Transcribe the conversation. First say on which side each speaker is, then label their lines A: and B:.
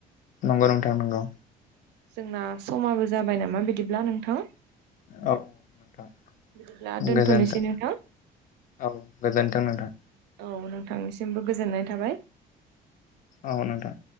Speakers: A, on the left (about 50°); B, on the right (about 80°).
A: नंगौ नोंथां नंगौ।
B: जोंना समाबो जाबाय नामा बिदिब्ला नोंथां?
A: औ नोंथां
B: बिदिब्ला दोनथ'नोसै
A: गोजोनथों
B: नोंथां।
A: औ गोजोन्थों नोंथां।
B: औ नोंथांनिसिमबो गोजोननाय थाबाय।
A: औ नोंथां।